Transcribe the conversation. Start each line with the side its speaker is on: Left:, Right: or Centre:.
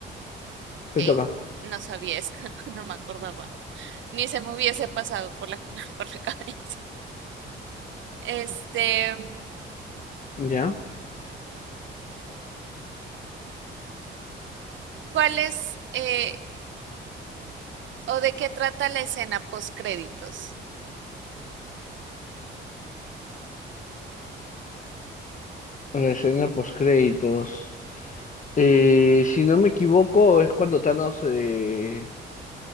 Left: te
Right: ok.
Left: toca.
Right: No sabía eso, <laughs> no me acordaba. Ni se me hubiese pasado por la, <laughs> por la cabeza. Este,
Left: Ya.
Right: ¿cuál es eh, o de qué trata la escena post créditos?
Left: La escena postcréditos. Eh, si no me equivoco, es cuando Thanos. eh,